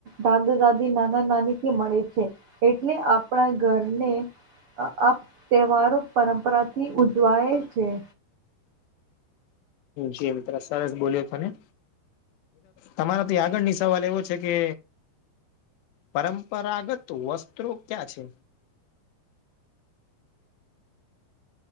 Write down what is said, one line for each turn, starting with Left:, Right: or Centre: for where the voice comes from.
Right: દાદા-દાદી, નાના-નાની થી મળે છે, એટલે આપણા ઘરને આ તહેવારો પરંપરાથી ઉજવાય છે.
Left: જી મિત્ર સરસ બોલ્યા તને તમારા થી આગળની સવાલ એવો છે કે પરંપરાગત વસ્ત્રો ક્યાં છે?